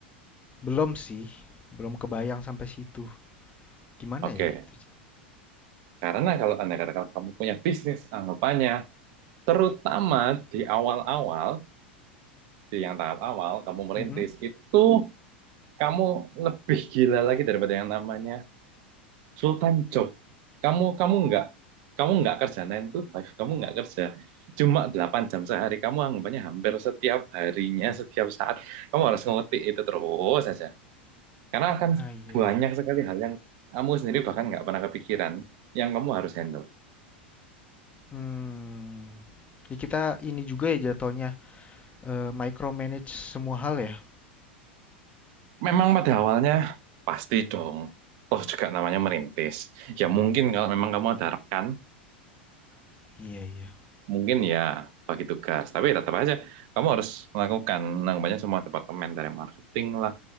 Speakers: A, on the left (about 25°); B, on the right (about 55°).
A: belum sih, belum kebayang sampai situ. Gimana
B: Oke,
A: ya itu?
B: Karena kalau anda katakan kamu punya bisnis, anggapannya Terutama di awal-awal, di yang tahap awal kamu merintis,
A: Mm-mm.
B: itu kamu lebih gila lagi daripada yang namanya full-time job. Kamu kamu nggak kamu nggak kerja 9 to 5, kamu nggak kerja cuma 8 jam sehari. Kamu anggapannya hampir setiap harinya, setiap saat kamu harus ngetik itu terus saja. Karena akan
A: Nah iya.
B: banyak sekali hal yang kamu sendiri bahkan nggak pernah kepikiran yang kamu harus handle.
A: Hmm. Ya kita ini juga ya jatuhnya eh micromanage semua hal ya.
B: Memang pada awalnya pasti dong. Toh juga namanya merintis. Ya mungkin kalau memang kamu ada rekanan,
A: Iya, iya.
B: mungkin ya bagi tugas. Tapi tetap aja kamu harus melakukan namanya semua departemen dari marketing lah,